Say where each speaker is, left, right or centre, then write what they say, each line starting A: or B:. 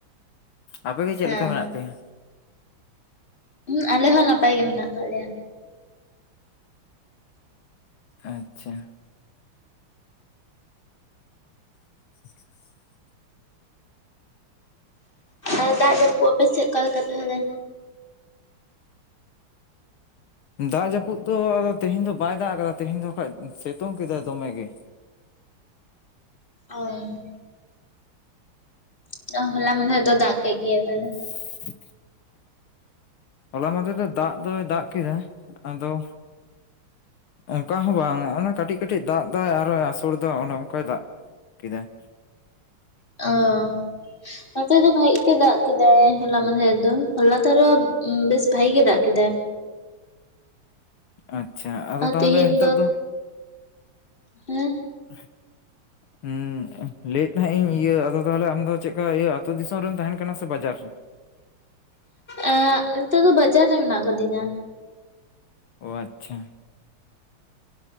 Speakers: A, on the left; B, on the left.
A: ᱟᱯᱮ ᱜᱮ ᱪᱮᱫ
B: ᱦᱮᱸ
A: ᱞᱮᱠᱟ ᱢᱮᱱᱟᱜ ᱯᱮᱭᱟ?
B: ᱦᱩᱸ ᱟᱞᱮ ᱦᱚᱸ ᱱᱟᱯᱟᱭ ᱜᱮ ᱢᱮᱱᱟᱜ ᱠᱟᱜ ᱞᱮᱭᱟ᱾
A: ᱟᱪᱪᱷᱟ <inaudible>
B: ᱟᱨ ᱫᱟᱜ ᱡᱟᱹᱯᱩᱫ ᱟᱯᱮ ᱥᱮᱫ ᱚᱠᱟ ᱞᱮᱠᱟ ᱛᱟᱦᱚᱞᱮ᱾
A: ᱫᱟᱜ ᱡᱟᱹᱯᱩᱫ ᱫᱚ ᱟᱫᱚ ᱛᱮᱦᱮᱧ ᱫᱚ ᱵᱟᱭ ᱫᱟᱜ ᱟᱠᱟᱫᱟ, ᱛᱮᱦᱮᱧ ᱫᱚ ᱠᱷᱟᱡ ᱥᱮᱛᱩᱝ ᱠᱮᱫᱟᱭ ᱫᱚᱢᱮ ᱜᱮ᱾
B: ᱦᱚᱭ <unintelligible> ᱦᱚᱞᱟ ᱢᱟᱱᱫᱷᱮᱨ ᱫᱚ ᱫᱟᱜ ᱠᱮᱜ ᱜᱮᱭᱟᱭ ᱛᱟᱦᱚᱞᱮ᱾
A: <inaudible> ᱦᱚᱞᱟ ᱢᱟᱸᱫᱷᱮᱨ ᱫᱚ ᱫᱟᱜ ᱫᱚᱭ ᱫᱟᱜ ᱠᱮᱫᱟ, ᱟᱫᱚ ᱚᱱᱠᱟ ᱦᱚᱸ ᱵᱟᱝ ᱚᱱᱟ ᱠᱟᱹᱴᱤᱡ ᱠᱟᱹᱴᱤᱡ ᱫᱟᱜ ᱫᱟᱭ ᱟᱨᱦᱚᱭ ᱟᱥᱟᱲ ᱫᱟ ᱚᱱᱮ ᱚᱱᱠᱟᱭ ᱫᱟᱜ ᱠᱮᱫᱟ᱾
B: ᱚ ᱱᱚᱛᱮ ᱫᱚ ᱵᱷᱟᱜᱤ ᱜᱮᱭ ᱫᱟᱜ ᱠᱮᱫᱟᱭ, ᱦᱚᱞᱟ ᱢᱟᱸᱫᱷᱮᱨ ᱨᱮ ᱫᱚ ᱦᱚᱞᱟ ᱫᱚ ᱟᱨᱚ ᱵᱮᱥ ᱵᱷᱟᱜᱤ ᱜᱮᱭ ᱫᱟᱜ ᱠᱮᱫᱟᱭ᱾
A: ᱟᱪᱪᱷᱟ, ᱟᱫᱚ
B: ᱟᱨ
A: ᱛᱟᱦᱚᱞᱮ
B: ᱛᱤᱦᱤᱧ
A: ᱱᱤᱛᱚᱜ ᱫᱚ
B: ᱦᱮᱸ
A: <inaudible> ᱦᱮᱸ ᱞᱟᱹᱭᱮᱫ ᱛᱟᱦᱮᱸᱱᱤᱧ ᱤᱭᱟᱹ ᱟᱫᱚ ᱛᱟᱦᱚᱞᱮ ᱟᱢᱫᱚ ᱪᱮᱫᱠᱟ ᱤᱭᱟᱹ ᱟᱹᱛᱳ ᱫᱤᱥᱚᱢ ᱨᱮᱢ ᱛᱟᱦᱮᱸᱱ ᱠᱟᱱᱟ ᱥᱮ ᱵᱟᱡᱟᱨ ᱨᱮ?
B: ᱮᱸᱜ ᱱᱤᱛᱳᱜ ᱫᱚ ᱵᱟᱡᱟᱨ ᱨᱮ ᱢᱮᱱᱟᱜ ᱠᱟᱫᱤᱧᱟ᱾
A: ᱚ ᱟᱪᱪᱷᱟ